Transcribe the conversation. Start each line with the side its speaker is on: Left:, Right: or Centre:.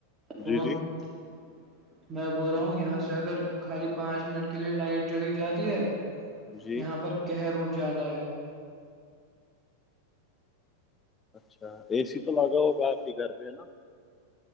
Right: تو
Left: جی
Right: ہم
Left: جی
Right: <unintelligible> میں بول رہا ہوں یہاں سے اگر خالی پانچ منٹ کے لیے لائٹ چلی جاتی ہے
Left: جی
Right: یہاں پر کہر اٹھ جاتا ہے
Left: اچھا اے سی تو لگا ہوگا آپ کے گھر پہ ہے نا